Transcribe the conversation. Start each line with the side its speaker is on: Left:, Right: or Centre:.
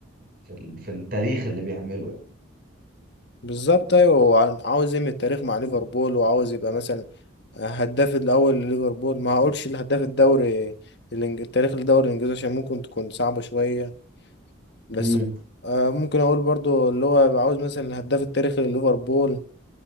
Right: في ال- في التاريخ اللي بيعمله يعني
Left: بالظبط ايوه هو عاوز يعمل تاريخ مع ليفربول وعاوز يبقى مثلا هداف الاول لليفربول ما هقولش الهداف الدوري الإنج- التاريخ الدوري الانجليزي عشان ممكن تكون صعبه شويه بس
Right: امم
Left: آه ممكن اقول برضو اللي هو عاوز مثلا الهداف التاريخي لليفربول